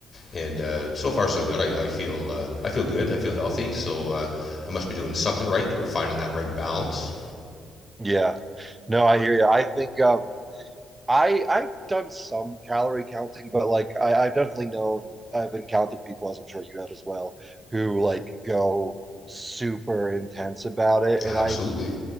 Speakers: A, on the left; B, on the right.
A: And uh, so far, so good. I, I feel uh, I feel good. I feel healthy. So uh, I must be doing something right or finding that right balance.
B: Yeah. No, I hear you. I think um I I've done some calorie counting, but like I, I've definitely known I've encountered people, as I'm sure you have as well, who like go super intense about it. And
A: Absolutely.
B: I